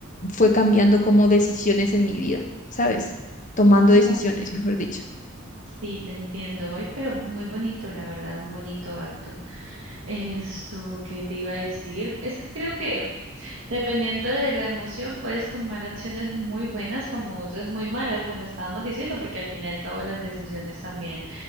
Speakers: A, on the left; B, on the right.
A: fue cambiando como decisiones en mi vida, ¿sabes? Tomando
B: Ok.
A: decisiones, mejor dicho.
B: Sí, te entiendo hoy, pero muy bonito, la verdad, un bonito acto. Esto que te iba a decir, es que creo que dependiendo de la emoción puedes tomar acciones muy buenas como otras muy malas, como estábamos diciendo, porque al fin y al cabo las decisiones también